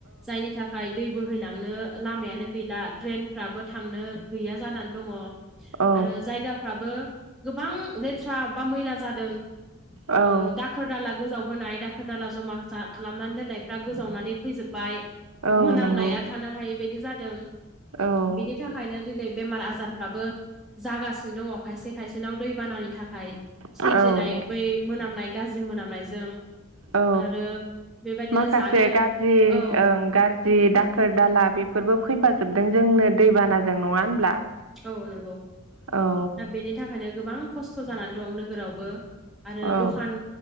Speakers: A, in the centre; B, on the right.
A: जायनि था खाय दै बोहैलांनो लामायानो गैला। ड्रेनफ्राबो थांनो गैया जानानै दङ। आरो
B: औ
A: जायगाफ्राबो गोबां लेथ्रा बा मैला जादों।
B: औ
A: ओ दाखोर दाला गोजाव बोनाय दाख दाखोर दाला जमा जा खालामनानै दोननायफ्रा गोजावनानै फैजोबबाय
B: औ
A: मोनामनाया
B: नंगौ
A: था थानो हायै बायदि जादों
B: औ
A: बिनि थाखाय थाखायनो दिनै बेमार आजारफ्राबो जागासिनो दङ खायसे खायसेनाव दैबानानि थाख खाय सोमजिनाय
B: औ
A: बै मोनामनाय गाज्रि मोनामनायजों
B: औ
A: आरो बेबायदिनो
B: माखासे
A: जानो
B: गाज्रि
A: औ
B: ओं गाज जि दाखोर दाला बेफोरबो फैफाजोबदों जोंनो दैबानाजों नङा होनब्ला
A: औ नंगौ
B: औ
A: दा बेनि थाखायनो गोबां खस्थ' जानानै दं नोगोरावबो। आरो
B: औ
A: दखान